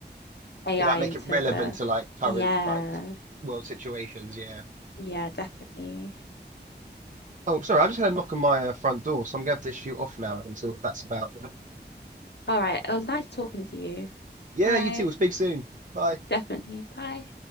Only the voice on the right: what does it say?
they like
make it relevant
to like current
like world situations. Yeah.
Oh, sorry, I just had a knock on my uh, front door, so I'm gonna have to shoot off now and see what that's about.
Yeah,
you too. We'll speak soon. Bye.